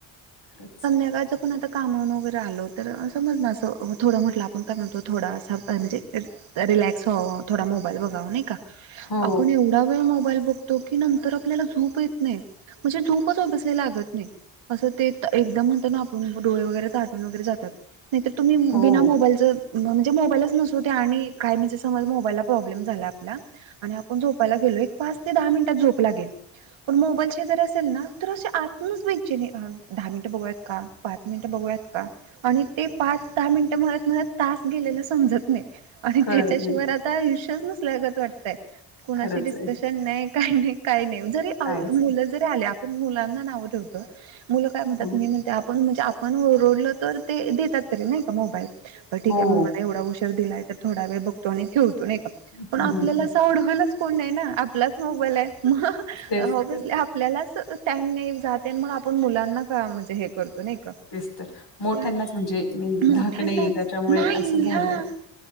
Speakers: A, on the left; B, on the right.
A: खरंच.
B: संध्याकाळच पण आता कामावरून वगैरे आलो तर समज ना असं थोडं म्हटलं आपण काय म्हणतो थोडासा म्हणजे लेट्स फाॅव थोडा मोबाईल बघाव नाही का
A: हो,
B: आपूण एवढा वेळ मोबाईल बघतो की नंतर आपल्याला झोप येत नाही म्हणजे झोपच अॅडजसली लागत नाही अस ते एकदम म्हणत ना आपून डोळे वगैरे ताटून वगैरे जातात नाहीर तुम्ही
A: हो.
B: बिना मोबाईलच म्हणजे मोबाईलच नसतो आणि काय म्हण समज मोबाईलला प्रॉब्लेम ल्या आपल्या आणि आपण झोपायला गेलोय पाच ते दहा मिनिट झोप लागेल पण मोबाईलचे जर असेल ना तर असे आतूनच बैचैन व्हाल दहा मिनटं बघूयात का पाच मिनटं बघूयात का आणि ते पाच दहा मिनटं म्हणत म्हणत तास गेलेला समजत नाही आणि
A: कळत
B: त्याच्याशिवाय
A: नाही.
B: आता आयुष्यच नसल्यागत वाटत कुणाशी
A: खरंच
B: डिक्सशन
A: आहे.
B: नाही काय नाही काय नाही जरी
A: काहीच
B: मुल
A: नाही.
B: जरी आली मुलांना नांव ठेवतो मुलं काय म्हणातात
A: हो,
B: मी म्हणते आपण म्हणजे आप पण ओरडल तर ते देतात तरी नाही का मोबाईल बरं ठीक
A: हो.
B: आहे मला एवढा उशार दिलाय तर थोडा वेळ बघतो आणि ठेवतो नाही का
A: हं,
B: पण आपल्याला
A: हं, हं.
B: असं आढवायलाच कोण नाही ना आपलाच मोबाईल आहे मग
A: तेच तर,
B: बसली आपल्यालाच टाइम नाही जाते आणि मग आपुण मुलांना का म्हणजे हे करतो नाही का
A: तेच तर मोठ्यांनाच
B: त्या
A: म्हणजे मेन
B: मोठ्यांनाच
A: धाक नाहीे त्याच्यामुळे
B: नाही
A: असं झालंय
B: हा आणि